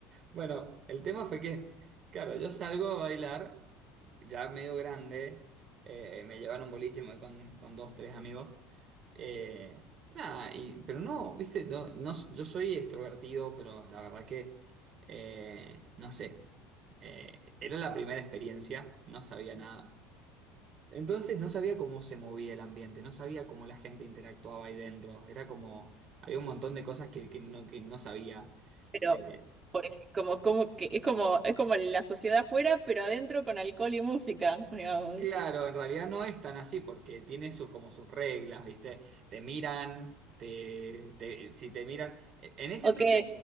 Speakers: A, on the right; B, on the right.
A: Bueno, el tema fue que, claro, yo salgo a bailar, ya medio grande, eh, me llevaron un boliche me voy con, con dos, tres amigos. Eh, nada, y- pero no, viste, no, no- yo soy extrovertido, pero la verdad que, eh, no sé, Eh, era la primera experiencia, no sabía nada. Entonces no sabía cómo se movía el ambiente, no sabía cómo la gente interactuaba ahí dentro. Era como, había un montón de cosas que, que no, que no sabía.
B: Pero,
A: Eh,
B: por ej- como, como que es como, es como la sociedad afuera, pero adentro con alcohol y música, digamos.
A: claro, en realidad no es tan así porque tiene sus, como sus reglas, ¿viste? Te miran, te, te- si te miran. e, En ese
B: Ok,
A: entonces